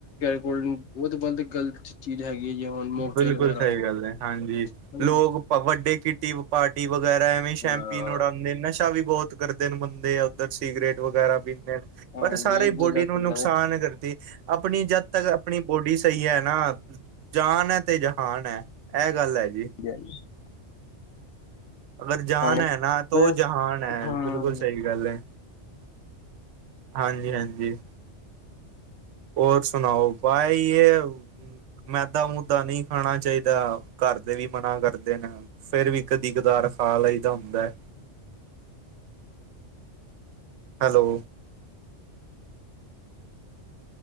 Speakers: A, on the left; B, on the right.
A: ਕੋਲ ਡਰਿੰਕ ਉਹ ਤਾਂ ਬੰਦ ਗਲਤ ਚੀਜ਼ ਹੈਗੀ ਹੈ ਜੀ ਹੁਣ ਮੋਕਟੇਲ
B: ਬਿਲਕੁਲ
A: ਵਗੈਰਾ
B: ਸਹੀ
A: ਹੋ ਗਈ
B: ਗੱਲ ਹੈ ਹਾਂਜੀ,
A: ਹਨਾ
B: ਲੋਕ
A: ਜੀ
B: ਪ ਵੱਡੇ ਕਿਟੀ ਪਾਰਟੀ ਵਗੈਰਾ ਐਵੇਂ ਸ਼ੈਂਮਪੀਨ
A: ਹਾਂ
B: ਉਡਾਦੇ, ਨਸ਼ਾ ਵੀ ਬਹੁਤ ਕਰਦੇ ਨੇ ਬੰਦੇ ਆ ਉੱਧਰ ਸਿਗਰੇਟ ਵਗੈਰਾ ਪੀਂਦੇ ਨੇ ਪਰ
A: ਹਾਂਜੀ
B: ਸਾਰੀ
A: ਇਹ ਬਹੁਤ
B: ਬੋਡੀ
A: ਜ਼ਿਆਦਾ ਚੱਲਦਾ
B: ਨੂੰ ਨੁਕਸਾਨ
A: ਨੇ
B: ਕਰਦੀ। ਆਪਣੀ ਜਦ ਤੱਕ ਆਪਣੀ ਬੋਡੀ ਸਹੀ ਹੈ ਨਾ ਜਾਨ ਏ ਤੇ ਜਹਾਨ ਏ। ਇਹ ਗੱਲ ਹੈ। ਜੀ।
A: <inaudible>
B: ਅਗਰ ਜਾਨ
A: ਹਾਂਜੀ
B: ਐ, ਨਾ ਤੋ
A: ਬਸ
B: ਉਹ ਜਹਾਨ ਐ।
A: ਹਾਂ
B: ਬਿਲਕੁਲ ਸਹੀ ਗੱਲ ਐ। ਹਾਂਜੀ-ਹਾਂਜੀ। ਹੋਰ ਸੁਣਾਓ ਭਾਈ ਯ ਮੈਦਾ ਮੁੱਦਾ ਨਹੀਂ ਖਾਣਾ ਚਾਹੀਦਾ। ਘਰ ਦੇ ਵੀ ਮਨਾ ਕਰਦੇ ਨੇ ਫੇਰ ਵੀ ਕਦੀ ਕਦਾ ਖਾ ਲਈ ਦਾ ਹੁੰਦਾ ਹੀ ਏ।
A: <inaudible>
B: ਹੈਲੋ।